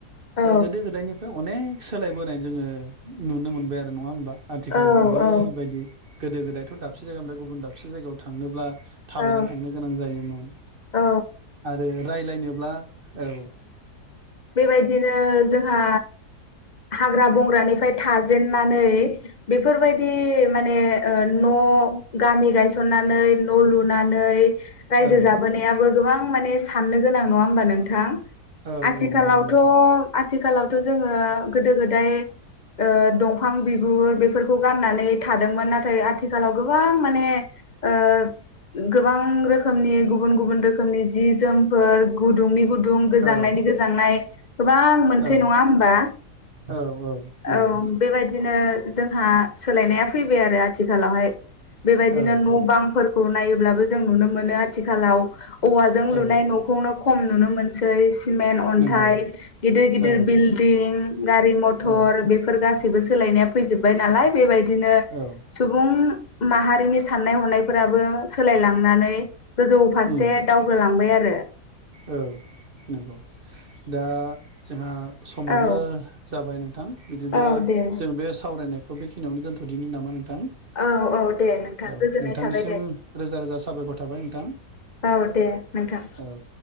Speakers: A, on the left (about 45°); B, on the right (about 45°).
A: औ
B: दा गोदो गोदायनिफ्राय अनेक सोलायबोनाय जोङो नुनो मोनबाय आरो नङा होमबा? आथिखालाव
A: औ
B: ओरैबायदि
A: औ
B: गोदो गोदायथ' दाबसे जायगानि गुबुन दाबसे जायगायाव थांनोब्ला थाबायनानै
A: औ
B: थांनो गोनां जायोमोन
A: औ
B: आरो रायलायनोब्ला औ।
A: बेबायदिनो जोंहा हाग्रा बंग्रानिफ्राय थाजेननानै बेफोरबायदि माने ओ न' अ गामि गायसननानै न' लुनानै रायजो
B: औ
A: जाबोनायाबो गोबां माने साननो गोनां नङा होमबा नोंथां?
B: औ
A: आथिखालावथ'
B: औ नंगौ नोंथां
A: आथिखालावथ' जोङो गोदो गोदाय ओ दंफां बिगुर बेफोरखौ गाननानै थादोंमोन नाथाय आथिखालाव गोबां माने ओ गोबां रोखोमनि गुबुन गुबुन रोखोमनि जि जोमफोर गुदुंनि गुद दुं गोजांनायनि
B: औ
A: गोजांनाय गोबां मोनसे
B: औ
A: नङा होमबा
B: औ नंगौ
A: औ बेबायदिनो जों हा सोलायनाया फैबाय आरो आथिखालावहाय बेबायदिनो
B: औ
A: न'
B: औ
A: बांफोर खौ नायोब्लाबो जों नुनो मोनो आथिखालाव औवाजों लुनाय
B: औ
A: न'खौनो खम नुनो मोनसै स सिमेन, अन्थाइ
B: नंगौ
A: गिदिर गिदिर
B: औ
A: बिल्डं गारि मथर
B: औ
A: बेफोर गासिबोस सोलायनाया फैजोबबाय नालाय बेबायदिनो
B: औ
A: सुबुं माहारिनि साननाय हनायफोराबो सोलायलांनानै गोजौ फारसे
B: उम
A: दावगोलांबाय आरो
B: औ नंगौ। दा जोंहा समाबो
A: औ
B: जाबाय नोंथां बिदिब्ला
A: औ दे
B: जों बेस सावरायनायखौ बेखिनियावनो दोनथ'दिनि नामा नों थां
A: औ औ दे नोंथां
B: औ
A: गोजोननाय
B: नोंथांनिसिम
A: थाबाय दे
B: रोजा रोजा साबायखर थाबाय नोंथां।
A: औ दे नोंथां
B: औ